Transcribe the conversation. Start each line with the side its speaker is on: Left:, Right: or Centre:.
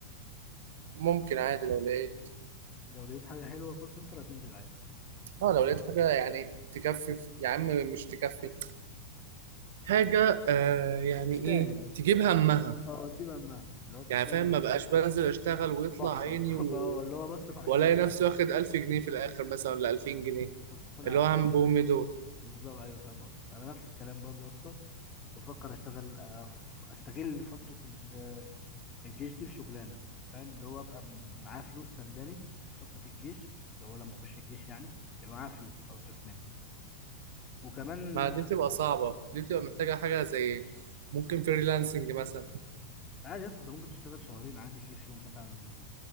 Right: ممكن عادي لو لقيت
Left: لو لقيت حاجه حلوه كول سنتر هتنزل عادي
Right: اه لو لقيت حاجه يعني تكفي يا عم مش تكفي حاجة آه يعني
Left: تستاهل
Right: إيه تجيب همها
Left: اه تجيب همها اللي هو تستاهل
Right: يعني فاهم ما بقاش بنزل أشتغل ويطلع
Left: بخسر
Right: عيني
Left: <laughs>
Right: و...
Left: ب- اللي هو بصرف على الشغل
Right: وألاقي نفسي
Left: لحد-
Right: واخد ألف جنيه في الآخر مثلا ولا ألفين
Left: اه
Right: جنيه
Left: بصفصف لي
Right: اللي
Left: على
Right: هو عم بومي دول
Left: بالظبط ايوه فاهم قصدي انا نفس الكلام برضه يا اسطى كنت بفكر اشتغل آه، ف- استغل فتره ال- الجيش دي في شغلانه فاهم اللي هو ابقى م- معايا فلوس سنداني في فتره الجيش اللي هو لما اخش الجيش يعني يبقى معايا فلوس اصرف منها وكمان
Right: ما دي بتبقى صعبة دي بتبقى محتاجة حاجة زي ممكن فريلانسنج مثلا
Left: عادي اصلا انت ممكن تشتغل شهرين عادي يجي في يوم مثلا